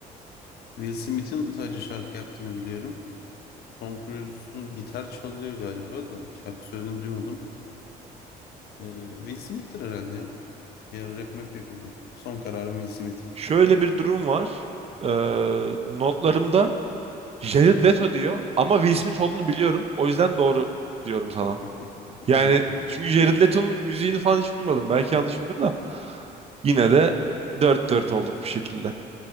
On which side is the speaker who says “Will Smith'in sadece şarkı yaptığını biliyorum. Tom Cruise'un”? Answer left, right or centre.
Left